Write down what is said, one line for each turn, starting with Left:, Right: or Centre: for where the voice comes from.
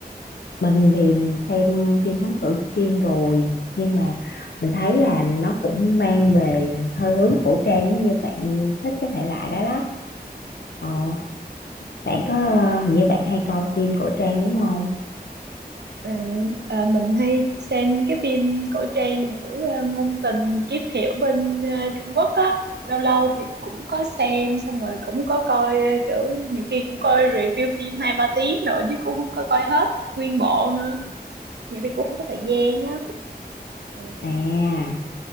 Left: mình thì mình xem phim Thám Tử Kiên rồi nhưng mà mình thấy là nó cũng mang về hơi hướng cổ trang giống như bạn thích cái thể loại đó đó ờ, bạn có hình như bạn hay coi phim cổ trang đúng không
Right: Ờ, ờ, mình hay xem những cái phim cổ trang mà kiểu ờ, ngôn tình kiếm hiệp bên ờ, Trung Quốc á lâu lâu thì cũng có xem xong rồi cũng có coi ờ, kiểu nhiều khi cũng coi review phim hai ba tiếng nữa chứ cũng không có coi hết nguyên bộ nữa nhiều khi cũng không có thời gian á Ừ.
Left: à